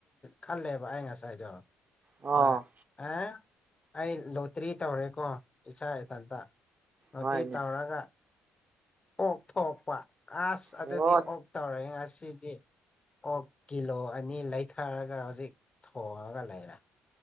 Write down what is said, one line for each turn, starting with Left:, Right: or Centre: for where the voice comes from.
Left: ꯈꯜꯂꯦꯕ ꯑꯩ ꯉꯁꯥꯏꯗꯣ
Right: ꯑꯥꯎ
Left: ꯑꯗ ꯑꯦ ꯑꯩ ꯂꯣꯇ꯭ꯔꯤ ꯇꯧꯔꯦꯀꯣ ꯏꯆꯥ ꯏꯊꯟꯇ ꯑꯗꯨꯇꯤ
Right: ꯍꯣꯏꯅꯦ
Left: ꯇꯧꯔꯒ ꯑꯣꯛꯊꯄ ꯑꯁ ꯑꯗꯨꯗꯤ
Right: ꯑꯣ
Left: ꯑꯣꯛ ꯇꯧꯔꯦ ꯉꯁꯤ ꯁꯤꯗꯤ ꯑꯣ ꯀꯤꯂꯣ ꯑꯅꯤ ꯂꯩꯊꯔꯒ ꯍꯧꯖꯤꯛ ꯊꯣꯡꯉꯒ ꯂꯩꯔꯦ